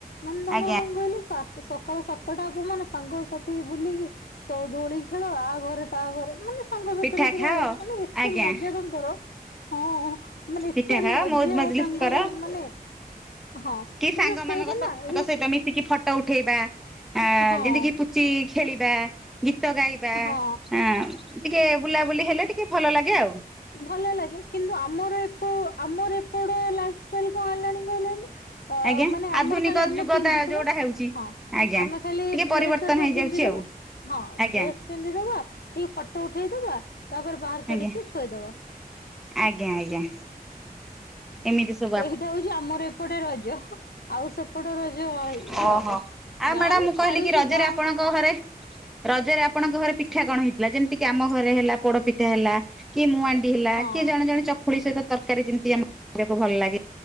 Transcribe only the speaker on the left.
ମାନେ ତାଙ୍କର
କଣ କହିଲୁ ସା ସକାଳ ସାତଟାକୁ ମାନେ ସାଙ୍ଗସାଥି ବୁଲିକି, ସ ଦୋଳି ଖେଳ ଆ ଘରେ ତା ଘରେ ମାନେ ତାଙ୍କ ସାଥିରେ
ପୁରା
ମାନେ ଏତେ
ମଜା ତାଙ୍କର ହଁ ମାନେ ଏତେ
ମଜା
ତାଙ୍କର
ମାନେ ହଁ
କିନ୍ତୁ ସେଇଟା
ନା ଏଇ
ହଁ
ହଁ
ଭଲ ଲାଗେ କିନ୍ତୁ ଆମର ଏ ଆମର ଏପଟ ଲାଇଫ ଷ୍ଟାଇଲ କଣ ହେଲାଣି କହିଲ ଅ
ମାନେ ଆମର
ଖାଲି ଆମେ
ପିନ୍ଧିଥିବା
ହଁ
ଆମେ ଖାଲି
ଡ୍ରେସ
ହେରିକ
ପିନ୍ଧିଦବୁ
ହଁ
ଡ୍ରେସ ପିନ୍ଧିଦବା ଟିକେ ଫଟୋ ଉଠେଇଦବା ତାପରେ ବାହାର
କରିକି ଥୋଇଦବା
ଏଇଟା ହଉଛି ଆମର ଏପଟେ ରଜ ଆଉ ସେପଟ ରଜ ଇଏ
ଆଉ
ଯାଁ
ହେଲେ
ଛାଡୁଛି
ଗାଁ
ହଁ